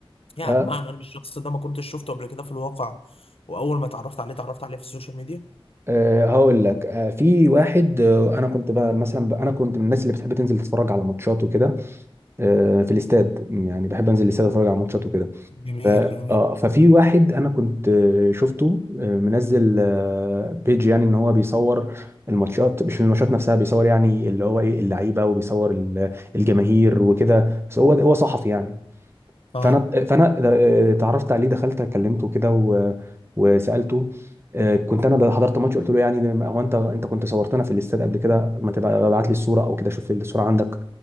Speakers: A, on the left; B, on the right.
A: يعني
B: ه-
A: بمعنى إن الشخص ده ما كنتش شفته قبل كده في الواقع وأول ما اتعرفت عليه اتعرفت عليه في السوشيال ميديا
B: آه، هقول لك آه، في واحد آه، انا كنت بقى مثلا ب- انا كنت من الناس اللي بتحب تنزل تتفرج على ماتشات وكده آه، في الاستاد يعني بحب انزل الاستاد اتفرج على ماتشات وكده
A: جميل
B: ف...
A: جميل
B: آه، ففي واحد انا كنت آه، شفته آه، منزل آه، بيج يعني ان هو بيصور الماتشات مش الماتشات نفسها بيصور يعني اللي هو ايه اللعيبه وبيصور ال- الجماهير وكده بس هو هو صحفي يعني
A: اه
B: فانا فانا اتعرفت عليه دخلت كلمته كده و... وسالته آه، كنت انا ده حضرت ماتش قلت له يعني ده- هو انت انت كنت صورتنا في الاستاد قبل كده ما تبقى ابعت لي الصوره او كده شوف الصوره عندك